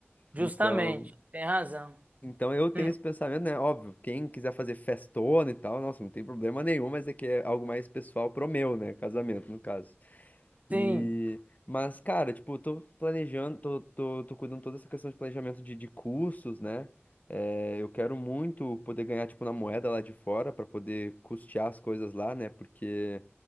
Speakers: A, on the right; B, on the left.
A: justamente.
B: Então.
A: Tem razão.
B: Então eu tenho
A: Hum.
B: esse pensamento, né? Óbvio, quem quiser fazer festona e tal, nossa, não tem problema nenhum, mas é que é algo mais pessoal pro meu, né? Casamento, no caso. E.
A: Sim.
B: Mas, cara, tipo, eu tô planejando, tô, tô, tô cuidando toda essa questão de planejamento de, de cursos né? É, eu quero muito poder ganhar, tipo, na moeda lá de fora, pra poder custear as coisas lá, né? Porque